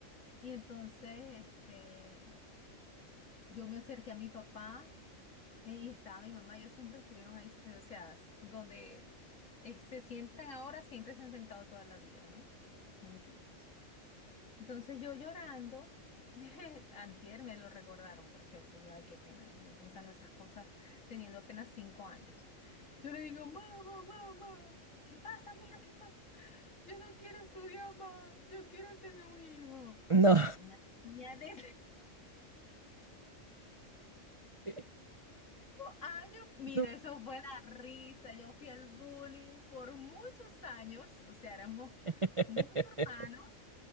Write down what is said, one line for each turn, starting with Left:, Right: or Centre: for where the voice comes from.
Left: Y entonces este, yo me acerqué a mi papá eh, y estaba mi mamá, ellos siempre estuvieron ahí, eh, o sea, s- donde eh, se sientan ahora, siempre se han sentado toda la vida, ¿no? Juntitos. Entonces yo llorando, <laughs> antier me lo recordaron, por cierto, yo, ay, qué pena, yo pensando esas cosas, teniendo apenas cinco años. Yo le digo, mamá, mamá, ¿qué pasa, mija? ¿Qué pasa? Yo no quiero estudiar más, yo quiero tener un hijo. O
Right: no.
Left: sea, una niña de
Right: <laughs>
Left: años, mira,
Right: No,
Left: eso fue la risa. Yo fui al bullying por muchos años, o sea, éramos
Right: <laughs>
Left: muchos hermanos,